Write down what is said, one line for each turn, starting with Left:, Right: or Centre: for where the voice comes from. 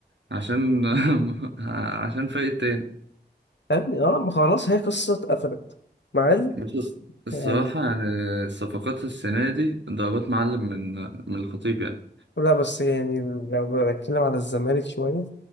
Right: عشان <laughs> عشان فريق تاني
Left: فاهمني اه ما خلاص هي قصه اتقفلت مع إن
Right: بس الص- الصراحة
Left: يعني
Right: يعني الصفقات السنة دي ضربات معلم من من الخطيب يعني
Left: لا بس يعني لو بنتكلم على الزمالك شوية